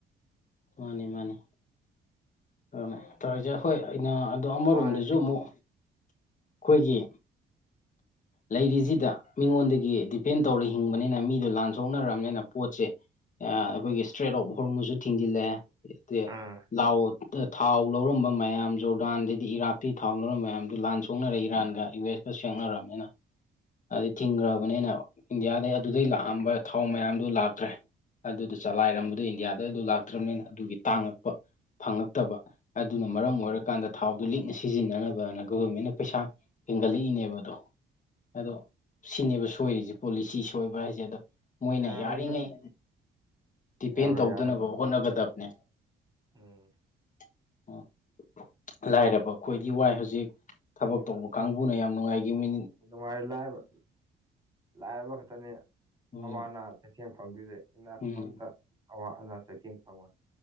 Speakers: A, on the left; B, on the right.
A: ꯃꯥꯅꯤ ꯃꯥꯅꯤ ꯑꯗꯨꯅꯤ ꯇꯧꯔꯤꯁꯦ ꯑꯈꯣꯏ ꯑꯩꯅꯥ ꯑꯗꯣ ꯑꯃꯔꯣꯝꯗꯖꯨ
B: ꯃꯥꯅꯦ ꯁꯤ
A: ꯑꯃꯨꯛ ꯈꯣꯏꯒꯤ ꯂꯩꯔꯤꯁꯤꯗ ꯃꯤꯉꯣꯟꯗꯒꯤ ꯗꯤꯄꯦꯟ ꯇꯧꯔꯥ ꯍꯤꯡꯕꯅꯤꯅ ꯃꯤꯗꯣ ꯂꯥꯟ ꯁꯣꯛꯅꯔꯕꯅꯤꯅ ꯄꯣꯠꯁꯦ ꯑꯩꯈꯣꯏꯒꯤ ꯏꯁꯇ꯭ꯔꯦꯠ ꯑꯣꯐ ꯍꯣꯔꯃꯨꯖꯨ ꯊꯤꯡꯖꯤꯜꯂꯦ ꯑꯗꯩꯗꯤ
B: ꯑꯥ
A: ꯂꯥꯎ ꯇ ꯊꯥꯎ ꯂꯧꯔꯝꯕ ꯃꯌꯥꯝ ꯖꯣꯔꯗꯥꯟꯗꯩꯗꯤ ꯏꯔꯥꯛꯇꯩ ꯊꯥꯎ ꯂꯧꯔꯝꯕ ꯃꯌꯥꯝꯗꯨ ꯂꯥꯟ ꯁꯣꯛꯅꯔꯦ ꯏꯔꯥꯟꯒ ꯌꯨ ꯑꯦꯁ ꯁꯦꯡꯅꯔꯕꯅꯤꯅ꯫ ꯑꯗꯩ ꯊꯤꯡꯈ꯭ꯔꯕꯅꯤꯅ ꯏꯟꯗꯤꯌꯥꯗꯩ ꯑꯗꯨꯗꯩ ꯂꯥꯛꯑꯝꯕ ꯊꯥꯎ ꯃꯌꯥꯝꯗꯨ ꯂꯥꯛꯇ꯭ꯔꯦ꯫ ꯑꯗꯨꯗ ꯆꯥꯂꯥꯏꯔꯝꯕꯗꯨ
B: ꯑꯥ
A: ꯏꯟꯗꯤꯌꯥꯗ ꯑꯗꯨ ꯂꯥꯛꯇ꯭ꯔꯕꯅꯤꯅ ꯑꯗꯨꯒꯤ ꯇꯥꯡꯉꯛꯄ ꯐꯪꯉꯛꯇꯕ ꯑꯗꯨꯅ
B: ꯑꯥ
A: ꯃꯔꯝ ꯑꯣꯏꯔꯀꯥꯟꯗ ꯊꯥꯎꯗꯨꯣ ꯂꯤꯛꯅ ꯁꯤꯖꯤꯟꯅꯅꯕꯅ ꯒꯕꯔꯃꯦꯟꯅ ꯄꯩꯁꯥ ꯍꯦꯟꯒꯠꯂꯛꯏꯅꯦꯕꯗꯣ ꯑꯗꯣ ꯁꯤꯅꯦꯕ ꯁꯣꯏꯔꯤꯁꯤ ꯄꯣꯂꯤꯁꯤ ꯁꯣꯏꯕ ꯍꯥꯏꯁꯦ ꯑꯗꯣ ꯃꯣꯏꯅ
B: ꯌꯥꯔꯣꯏꯗ
A: ꯌꯥꯔꯤꯉꯩ ꯗꯤꯄꯦꯟ
B: ꯌꯥꯔꯣꯏ
A: ꯇꯧꯗꯅꯕ꯫
B: ꯌꯥꯔꯣꯏ
A: ꯍꯣꯠꯅꯒꯗꯅꯦ
B: ꯎꯝ
A: <unintelligible> ꯂꯥꯏꯔꯕ ꯑꯈꯣꯏꯗꯤ ꯋꯥꯏ ꯍꯧꯖꯤꯛ ꯊꯕꯛ ꯇꯧꯕ ꯀꯥꯡꯕꯨꯅ ꯌꯥꯝ ꯅꯨꯡꯉꯥꯏꯈꯤ ꯃꯤ
B: ꯅꯨꯡꯉꯥꯏꯔꯦ ꯂꯥꯏꯔꯕ ꯂꯥꯏꯔꯕ ꯈꯛꯇꯅꯦ
A: ꯎꯝ
B: ꯑꯋꯥ ꯑꯅꯥ ꯆꯩꯊꯦꯡ ꯐꯪꯗꯣꯏꯁꯦ ꯏꯅꯥꯛ
A: ꯎꯝ
B: ꯈꯨꯟꯕꯥ ꯑꯃꯥꯇꯥ ꯑꯋꯥ ꯑꯅꯥ ꯆꯩꯊꯦꯡ ꯐꯪꯉꯣꯏ